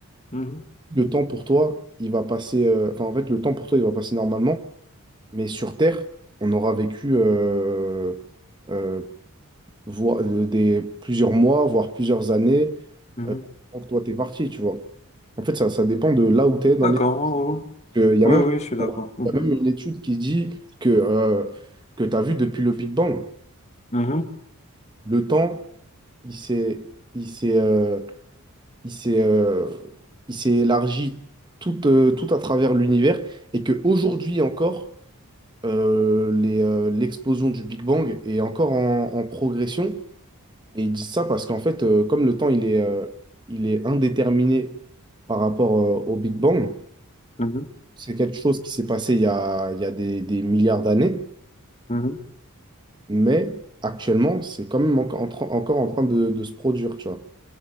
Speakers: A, on the left; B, on the right.
A: mhm,
B: le temps pour toi, il va passer, euh, enfin, en fait, le temps pour toi, il va passer normalement, mais sur Terre, on aura vécu euh, euh, voi- euh, des, plusieurs mois, voire plusieurs années,
A: mhm.
B: euh, avant que toi, t'es parti, tu vois. En fait, ça, ça dépend de là où tu es dans
A: D'accord.
B: les...
A: Oui,
B: Il y
A: oui,
B: a même,
A: oui, je suis d'accord. Mhm,
B: il y a même une étude qui dit que, euh, que tu as vu depuis le Big Bang.
A: mhm,
B: Le temps, il s'est, il s'est, euh, il s'est, euh, il s'est élargi tout, euh, tout à travers l'univers et que aujourd'hui encore, euh, les, euh, l'explosion du Big Bang est encore en, en progression. Et ils disent ça parce qu'en fait, euh, comme le temps, il est, euh, il est indéterminé par rapport, euh, au Big Bang,
A: mhm,
B: c'est quelque chose qui s'est passé il y a, il y a des, des milliards d'années,
A: mhm.
B: mais actuellement, c'est quand même enco- en train- encore en train de, de se produire, tu vois.